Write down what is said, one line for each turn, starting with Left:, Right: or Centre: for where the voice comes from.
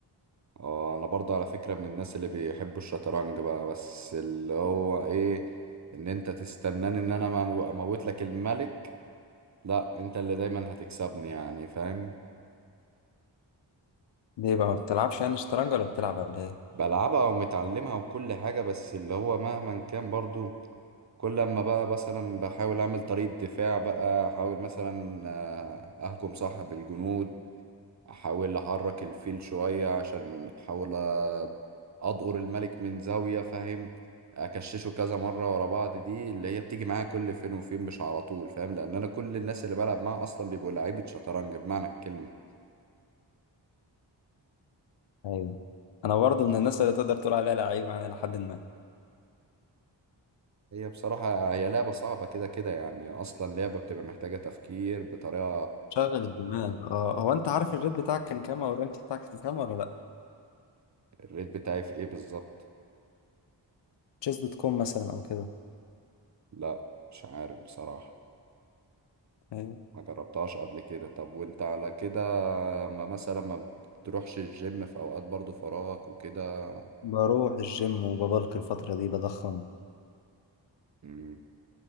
Right: اه انا برضه على فكرة من الناس اللي بيحبوا الشطرنج بقى بس اللي هو ايه ان انت تستناني ان انا مو- اموت لك الملك لا انت اللي دايما هتكسبني يعني فاهم
Left: ليه بقى ما بتلعبش يعني شطرنج ولا بتلعب ولا ايه
Right: بلعبها ومتعلمها وكل حاجة بس اللي هو مهما كان برضه كل لما بقى مثلا بحاول اعمل طريقة دفاع بقى احاول مثلا آه، اهجم صح بالجنود احاول احرك الفيل شوية عشان احاول أ- اضقر الملك من زاوية فاهم اكششه كذا مرة ورا بعض دي اللي هي بتيجي معايا كل فين وفين مش على طول فاهم لان انا كل الناس اللي بلعب معاها اصلا بيبقوا لعيبة شطرنج بمعنى الكلمة
Left: ايوه انا برضه من الناس اللي تقدر تقول عليها لعيب يعني الى حد ما
Right: هي بصراحة هي لعبة صعبة كده كده يعني اصلا لعبة بتبقى محتاجة تفكير بطريقة
Left: شغل الدماغ اه هو انت عارف الريت بتاعك كان كام او الرانك بتاعك كان كام ولا لا
Right: الريت بتاعي في ايه بالظبط
Left: تشيس دوت كوم مثلا او كده
Right: لا مش عارف بصراحة
Left: ايوه
Right: ما جربتهاش قبل كده طب وانت على كده ما مثلا ما بتروحش الجيم في اوقات برضو فراغك وكده
Left: بروح الجيم وببلك الفتره دي بضخم
Right: مم.